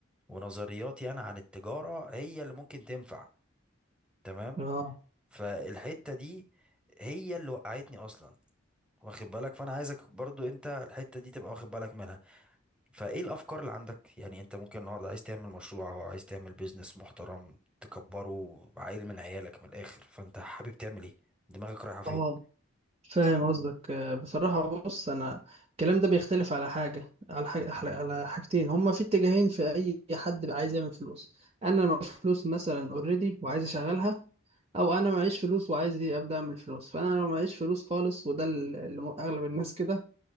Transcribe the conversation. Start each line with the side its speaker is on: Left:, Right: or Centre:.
Centre: ونظرياتي انا عن التجارة هي اللي ممكن تنفع تمام
Right: اه
Centre: فالحتة دي هي اللي وقعتني اصلا واخد بالك فانا عايزك برضو انت الحتة دي تبقى واخد بالك منها فايه الافكار اللي عندك يعني انت ممكن النهارده عايز تعمل مشروع او عايز تعمل بيزنس محترم تكبره عيل من عيالك من الاخر فانت حابب تعمل ايه دماغك رايحه فين
Right: اه فاهم قصدك آه، بصراحة بص أنا الكلام ده بيختلف على حاجة على حاجة على حاجتين هما في اتجاهين في أي حد بقى عايز يعمل فلوس أنا معيش فلوس مثلا أوريدي وعايز أشغلها أو أنا معيش فلوس وعايز إيه، أبدأ أعمل فلوس فأنا لو معيش فلوس خالص وده اللي أغلب الناس كده